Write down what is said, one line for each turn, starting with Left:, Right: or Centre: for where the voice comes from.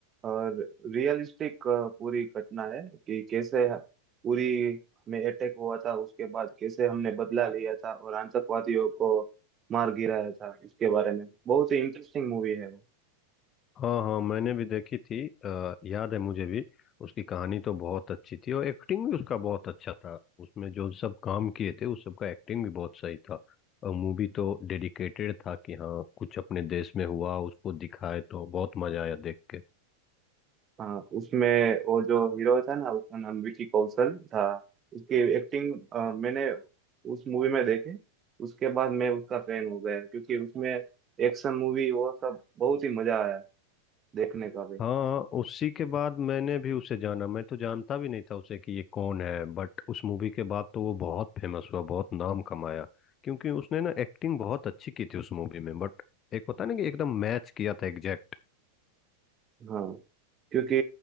Right: रियलिस्टिक पूरी घटना है कि कैसे पूरी में अटैक हुआ था उसके बाद कैसे हमने बदला लिया था और आतंकवादियों को मार गिराया था उसके बारे में बहुत ही इंटरेस्टिंग मूवी है वो
Left: हाँ हाँ मैंने भी देखी थी आ, याद है मुझे भी उसकी कहानी तो बहुत अच्छी थी और एक्टिंग भी उसका बहुत अच्छा था उसमें जो सब काम किए थे उस सब का एक्टिंग भी बहुत सही था और मूवी तो डेडिकेटेड था कि हाँ कुछ अपने देश में हुआ उसको दिखाए तो बहुत मजा आया देख के
Right: हाँ उसमें वो जो हीरो था ना उसका नाम विकी कौशल था उसकी एक्टिंग मैंने उस मूवी में देखी उसके बाद मैं उसका फैन हो गया क्योंकि उसमें एक्शन मूवी वो सब बहुत ही मजा आया देखने का भी
Left: हाँ उसी के बाद मैंने भी उसे जाना मैं तो जानता भी नहीं था उसे कि ये कौन है बट उस मूवी के बाद तो वो बहुत फेमस हुआ बहुत नाम कमाया क्योंकि उसने ना एक्टिंग बहुत अच्छी की थी उस मूवी में बट एक होता है ना कि एकदम मैच किया था एग्जैक्ट
Right: हाँ क्योंकि